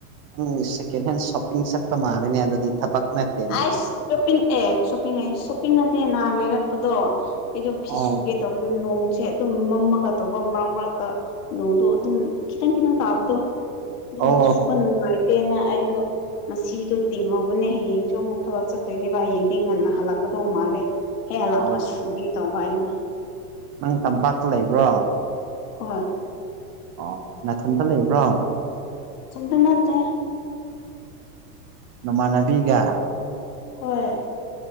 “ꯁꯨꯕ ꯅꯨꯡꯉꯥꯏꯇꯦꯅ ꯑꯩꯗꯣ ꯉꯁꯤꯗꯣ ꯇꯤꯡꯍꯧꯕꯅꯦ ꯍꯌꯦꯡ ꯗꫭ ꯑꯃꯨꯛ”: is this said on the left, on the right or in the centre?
Left